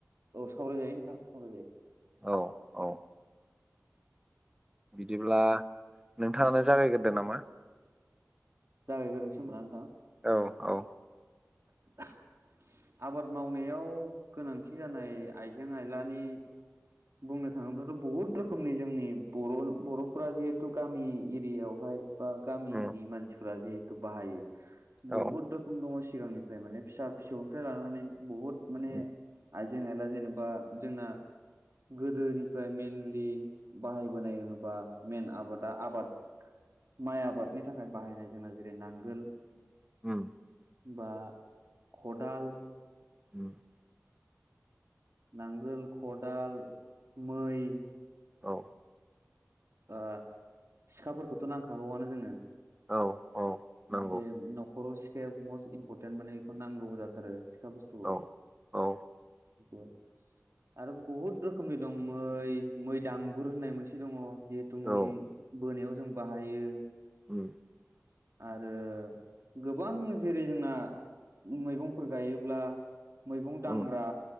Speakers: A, on the right (about 60°); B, on the right (about 15°).
A: औ सावरायजायो नोंथां सावराय जायो।
B: औ औ बिदिब्ला नोंथाङानो जागायगोदो नामा।
A: जागायग्रोनोसै होनबा नोंथां।
B: औ-औ।
A: <unintelligible> आबाद मावनायाव गोनांथि जानाय आइजें आइलानि बुंनो थाङोब्लाथ' बहुद रोखोमनि जोंनि बर' बर'फोरा जिहेथु गामि एरियायावहाय। बा गामिनि
B: उम
A: मानसिफ्रा जिहेथु बाहायो
B: औ
A: बहुद रोखोम दङ सिगांनि। फ्राय माने फिसा फिसौनिफ्राय लानानै बुहुद माने
B: उम
A: आइ जेंनेला जेनेबा जोंना गोदोनिफ्राय मेनलि बाहायबोनाय होनोब्ला मेन आबादा आबाद माइ आबादनि थाखाय बाहायनाय जोंना जेरै नांगोल।
B: <unintelligible>
A: बा खदाल
B: <unintelligible>
A: नांगोल खदाल मै
B: औ।
A: ओ सिखाफोरखौथ' नांखागौआनो जोंनो।
B: औ औ नंगौ
A: <inaudible> जे नख'राव सि <unintelligible> मस्ट इम्परटेन्ट माने इखौ नांगौ जाथारो सिखा बुस्थुखौ
B: औ
A: <inaudible>
B: औ
A: <unintelligible> आरो बहुद रोखोमनि दं मै, मै दामगुर होननाय मोनसे दङ। जिहेथु मैयै
B: औ
A: बोनायाव जों बाहायो।
B: <unintelligible>
A: आरो गोबां जेरै जोंना। मैगंफोर गायोब्ला मैगं दांग्रा
B: उम